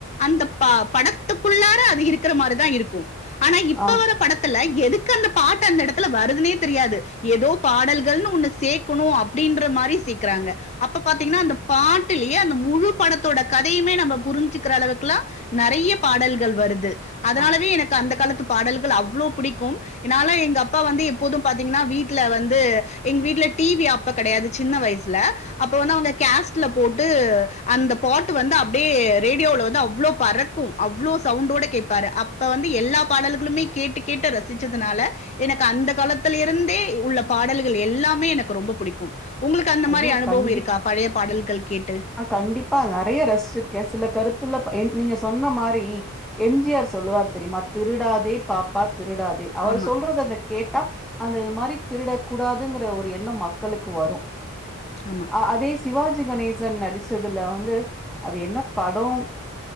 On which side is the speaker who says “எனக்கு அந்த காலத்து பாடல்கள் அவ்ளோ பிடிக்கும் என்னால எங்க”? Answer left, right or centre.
Left